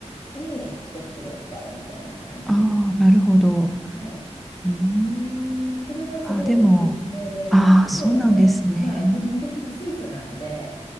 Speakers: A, on the left (about 40°); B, in the centre.
A: に1袋使うみたいな感じ。
B: ああ、なるほど。
A: はい。
B: うーん。
A: それはすごいおすすめで、
B: あ、でも、ああ、
A: 副作用も、
B: そうなんですね。
A: まあ基本的に水素なんで、